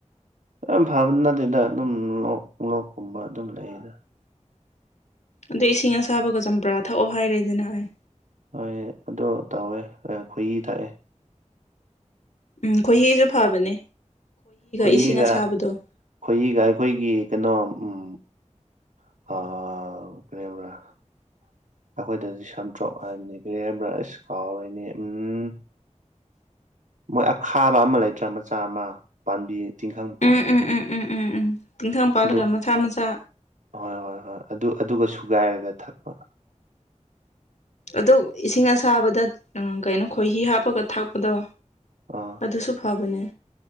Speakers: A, on the right; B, on the left.
A: ꯌꯥꯝ ꯐꯕ ꯅꯠꯇꯦꯗ ꯑꯗꯨꯝ ꯂꯣꯛ ꯂꯣꯛꯀꯨꯝꯕ ꯑꯗꯨꯝ ꯂꯩꯌꯦꯗꯥ
B: ꯑꯗꯣ ꯏꯁꯤꯡ ꯑꯁꯥꯕꯒ ꯆꯝꯄ꯭ꯔꯥ ꯊꯛꯑꯣ ꯍꯥꯏꯔꯦꯗꯅ ꯑꯩ
A: ꯍꯣꯏ ꯑꯗꯣ ꯇꯧꯋꯦ ꯑ ꯈꯣꯏꯍꯤ ꯊꯛꯑꯦ
B: ꯎꯝ ꯈꯣꯏꯍꯤꯁꯨ ꯐꯕꯅꯦ
A: ꯈꯣꯏꯍꯤꯒ
B: ꯏꯁꯤꯡ ꯑꯁꯥꯕꯗꯣ
A: ꯈꯣꯏꯍꯤꯒ ꯑꯩꯈꯣꯏꯒꯤ ꯀꯩꯅꯣ ꯎꯝ ꯑ <unintelligible>
B: <inaudible>
A: ꯑꯈꯣꯏꯗꯗꯤ ꯁꯝꯇ꯭ꯔꯣꯛ ꯍꯥꯏꯕꯅꯤ ꯀꯔꯤ ꯍꯥꯏꯕ꯭ꯔꯥ ꯑꯁ ꯀꯥꯎꯔꯤꯅꯦ ꯎꯝ ꯃꯣꯏ ꯑꯈꯥꯕ ꯑꯃ ꯂꯩꯇ꯭ꯔꯥ ꯃꯆꯥ ꯑꯃ ꯄꯥꯟꯕꯤ ꯇꯤꯡꯈꯪ ꯄꯥꯜꯂꯒ
B: ꯎꯝ ꯎꯝ ꯎꯝ ꯎꯝ ꯎꯝ ꯎꯝ ꯇꯤꯡꯈꯪ ꯄꯥꯜꯂꯒ
A: ꯑꯗꯨ
B: ꯃꯆꯥ ꯃꯆꯥ
A: ꯍꯣꯏ ꯍꯣꯏ ꯍꯣꯏ ꯑꯗꯨ ꯑꯗꯨꯒ ꯁꯨꯒꯥꯏꯔꯒ ꯊꯛꯄ
B: ꯑꯗꯨ ꯏꯁꯤꯡ ꯑꯁꯥꯕꯗ ꯎꯝ ꯀꯩꯅꯣ ꯈꯣꯏꯍꯤ ꯍꯥꯞꯄꯒ ꯊꯥꯛꯄꯗꯣ
A: ꯑꯥ
B: ꯑꯗꯨꯁꯨ ꯐꯕꯅꯦ